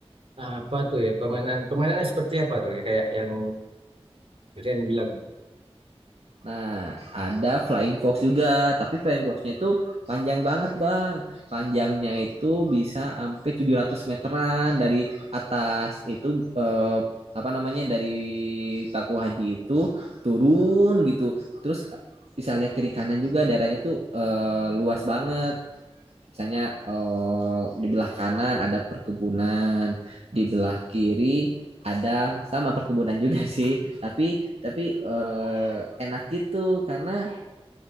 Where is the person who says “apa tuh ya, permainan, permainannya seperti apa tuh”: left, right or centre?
Right